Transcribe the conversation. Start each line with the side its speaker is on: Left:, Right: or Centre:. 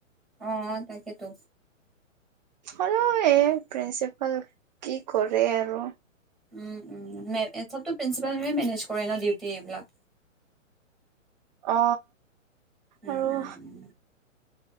Centre: অ তাকেতো
Right: আৰু এ প্ৰিন্সিপাল কি কৰে আৰু
Centre: উম উম চবতো প্ৰিন্ঞ্চিপালে মেনেজ কৰে ন ডিউটি এইবিলাক।
Right: অ
Centre: উম
Right: আৰু
Centre: উম উম।